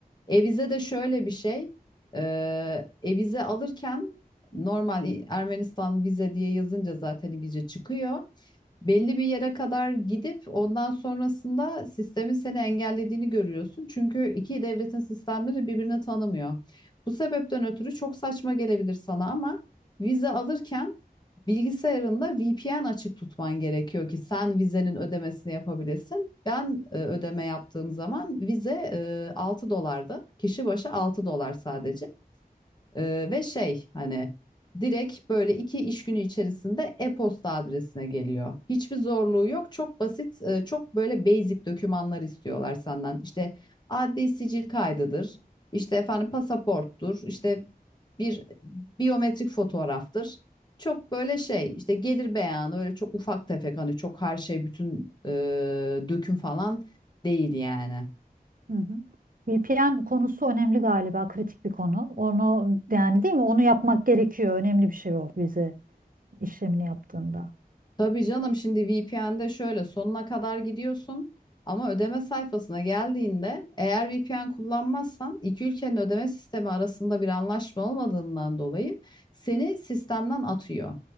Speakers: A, on the left; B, on the right.
A: E-vize de şöyle bir şey. E, e-vize alırken normal İ- Ermenistan vize diye yazınca zaten İngilizce çıkıyor belli bir yere kadar gidip ondan sonrasında sistemin seni engellediğini görüyorsun. Çünkü iki devletin sistemleri birbirini tanımıyor. Bu sebepten ötürü çok saçma gelebilir sana ama vize alırken bilgisayarında VPN açık tutman gerekiyor ki sen vizenin ödemesini yapabilesin. Ben e, ödeme yaptığım zaman vize e, 6 dolardı. Kişi başı 6 dolar sadece. Ee, ve şey hani direkt böyle iki iş günü içerisinde e-posta adresine geliyor. Hiçbir zorluğu yok. Çok basit, e, çok böyle basic dokümanlar istiyorlar senden. İşte adli sicil kaydıdır. işte efendim pasaporttur. işte bir biyometrik fotoğraftır. Çok böyle şey işte gelir beyanı öyle çok ufak tefek hani çok her şey bütün e, döküm falan değil yani.
B: Hı hı. VPN konusu önemli galiba, kritik bir konu. Onu yani değil mi? Onu yapmak gerekiyor. Önemli bir şey o vize işlemini yaptığında.
A: Tabii canım şimdi VPN'de şöyle sonuna kadar gidiyorsun ama ödeme sayfasına geldiğinde eğer VPN kullanmazsan iki ülkenin ödeme sistemi arasında bir anlaşma olmadığından dolayı seni sistemden atıyor.